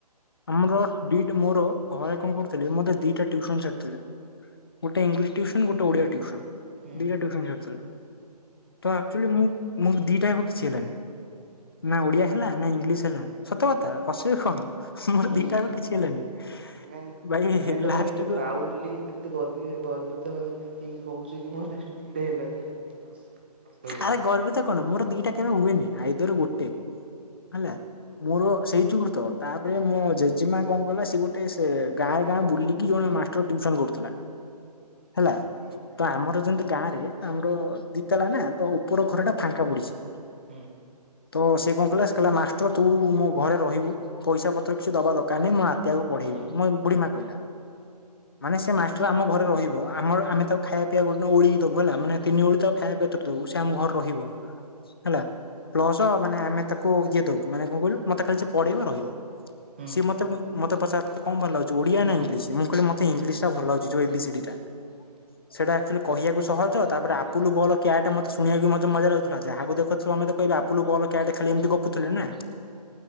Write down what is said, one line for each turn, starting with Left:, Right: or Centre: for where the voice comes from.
Left: ଆମର ଦି ମୋର ଘରେ କଣ କରୁଥିଲେ, ମୋତେ ଦିଟା ଟିଉସନ ଛାଡୁଥିଲେ। ଗୋଟେ ଇଂଲିଶ ଟିଉସନ ଗୋଟେ ଓଡିଆ ଟିଉସନ,
Right: ହୁଁ
Left: ଦିଟା ଟିଉସନ ଛାଡୁଥିଲେ। ତ ଆକଚୁଆଲି ମୁଁ-ମୁଁ ଦିଟାଅକ କିଛି ହେଲାନି। ନା ଓଡିଆ ହେଲା, ନା ଇଂଲିଶ ହେଲା, ସତ କଥା ହସିବି କଣ। ମୋର
Right: ହୁଁ
Left: ଦିଟାକ କିଛି ହେଲାନି।
Right: ନାଇଁ
Left: ଭାଇ
Right: ନାଇଁ ତମେ
Left: ଲାଷ୍ଟ
Right: କେତେ
Left: କୁ
Right: ପ୍ରାଉଡ଼ କେତେ ଗର୍ବୀ ଗର୍ବିତ ହେଇକି କହୁଛି କି ମୁଁ ଲାଷ୍ଟକୁ ଦିଇଟା ହେଲାନି। ଖୁସି ଖୁସି ଲାଗିଲା।
Left: ଆରେ ଗର୍ବିତ କଣ? ମୋର ଦିଟା କେବେ ହୁଏନି ଆଇଦର ଗୋଟେ। ହେଲା? ମୋର ସେଇ <unintelligible> ତ। ତାପରେ ମୋ ଜେଜେମା କଣ କଲା ସିଏ ଗୋଟେ ଗାଁ ଗାଁ ବୁଲିକି ଜଣେ ମାଷ୍ଟର ଟ୍ୟୁସନ କରୁଥିଲା। ହେଲା
Right: ହୁଁ
Left: ତ ଆମର ଯେମତି ଗାଁରେ ଆମ ଦିତାଲା ନା ତ ଉପର ଘର ଟା ଫାଙ୍କା ପଡିଛି।
Right: ହୁଁ।
Left: ତ ସେ କଣ କଲା ସେ କହିଲା ମାଷ୍ଟର ତୁ ମୋ ଘରେ ରହିବୁ। ପଇସା ପତ୍ର କିଛି ଦବା ଦରକାର ନାହଁ। ମୋ ନାତିଆ କୁ ପଢେଇବୁ।
Right: ହୁଁ ହୁଁ
Left: ମୋ ବୁଢୀମା କହିଲା। ମାନେ ସେ ମାଷ୍ଟର
Right: ହୁଁ
Left: ଆମ ଘରେ ରହିବ, ଆମର ଆମେ ତାକୁ ଖାଇବା ପିବା ଗୋଟେ ଓଳିଏ ଦବୁ। ହେଲା ମାନେ ତିନି ଓଳି ତାକୁ ଖାଇବା ପେତରେ ଦବୁ। ସେ ଆମ ଘର ରହିବ। ହେଲା ପ୍ଲସ ମାନେ ଆମେ ତାକୁ ଇଏ ଦବୁ ମାନେ କଣ କହିଲୁ ମତେ ଖାଲି ସେ ପଢେଇବ ରହିବ।
Right: ହୁଁ
Left: ସିଏ ମତେ ମତେ ପଚାରି ଥିଲେ, ତତେ କଣ ଭଲ ଲାଗୁଛି? ଓଡିଆ ନା ଇଂଲିଶ? ମୁଁ କହିଲି ମତେ ଇଂଲିଶଟା ଭଲ ଲାଗୁଛି ଯୋଉ ଏ ବି ସି ଡି ଟା।
Right: ହୁଁ ହୁଁ।
Left: ସେଇଟା ଆକ୍ଚୁଆଲି କହିବାକୁ ସହଜ ତାପରେ ଆପୁଲୁ ବଲ କ୍ୟାଟା ମତେ ଶୁଣିବାକୁ ମଧ୍ୟ ମଜା ଲାଗୁଥିଲା ଯାହାକୁ ଦେଖ ସମସ୍ତେ କହିବେ ଆପୁଲୁ ବଲ କ୍ୟାଟ୍ ଖେଳି ଏମିତି ଗପୁଥିଲିନା